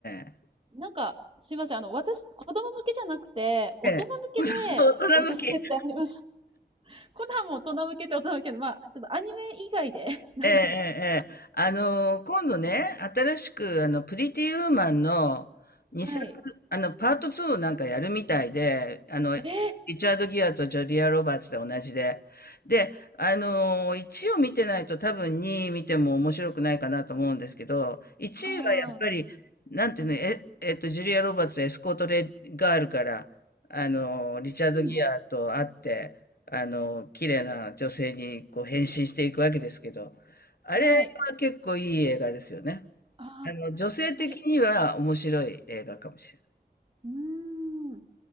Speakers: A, on the left; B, on the right.
A: え。
B: え。なんか、すいません。あの、私、子供向けじゃなくて、大人向けでおすすめってあります。
A: ええ。<laughs> 大人向き。
B: <laughs> コナンも大人向けっちゃ大人向けの、まあ、ちょっとアニメ以外で、<laughs> なんか、
A: ええ、ええ、ええあの、今度ね、新しく、あの、プリティウーマンの2作、
B: はい。
A: あの、パート2をなんかやるみたいで、あの、
B: えー
A: リチャード・ギアとジョリア・ロバーツで同じで。で、あの、1を見てないと多分2見ても面白くないかなと思うんですけど、1は
B: ああ、
A: やっぱり、なんていうの、え、えっと、ジュリア・ロバーツ、エスコート・レガールから、あの、リチャード・
B: うん、
A: ギアと会って、あの、綺麗な女性にこう変身していくわけですけど、あれは結構いい映画ですよね。
B: はい。ああ、
A: あの、女性的には面白い映画かもしれ
B: プリ、うーん。